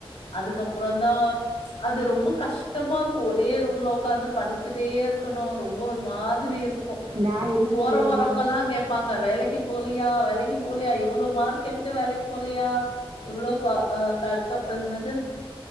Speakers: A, on the left; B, on the right.
A: அதுக்கப்புறந்தா அது ரொம்ப கஷ்டமா இருக்கு ஒரே ரூம்ல உக்காந்து படிச்சிட்டே இருக்கணு ரொம்ப ஒரு மாதிரி இருக்
B: நான் என்ன
A: போற
B: பண்ணுவேன்னா
A: வரவுங்கல்லா கேப்பாங்க வேலைக்கு போலியா வேல வேலைக்கு போலியா இவ்ளோ மார்க் எடுத்து வேலைக்கு போலியா இவ்ளோ கா அ கட் ஆ என்னது